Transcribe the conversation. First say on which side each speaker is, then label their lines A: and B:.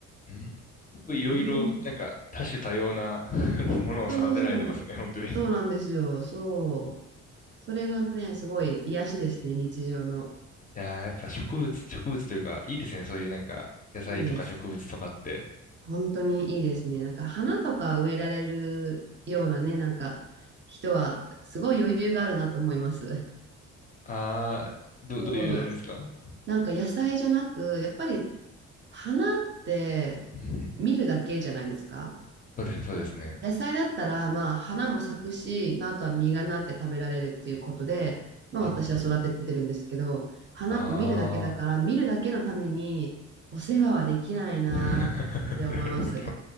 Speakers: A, on the left; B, on the right.
A: うん。すごいいろいろ、
B: うん。
A: なんか、多種多様な <laughs> ものを育てられてますね、
B: そうそうそうなんです。
A: 本当に。
B: そうなんですよ。
A: い
B: そう。それがね、すごい癒しですね、日常の。
A: やー、やっぱ植物、植物というか、いいですね、そういうなんか、野菜とか植物とかって。
B: いいです。本当にいいですね。なんか花とか植えられるようなね、なんか人はすごい余裕があるなと思います。
A: あー、ど、
B: そう。
A: どういう、あれですか
B: なんか野菜じゃなく、やっぱり花って見るだけじゃないですか。
A: うん。そうですね、そうですね。
B: 野菜だったら、まあ、花も咲くし、まあ、あとは実がなって食べられるっていうことで、まあ、
A: うん
B: 私は育ててるんですけど、花って見るだけだから、
A: ああ
B: 見るだけのためにお世話はできないなって思います。
A: <laughs> なるほど。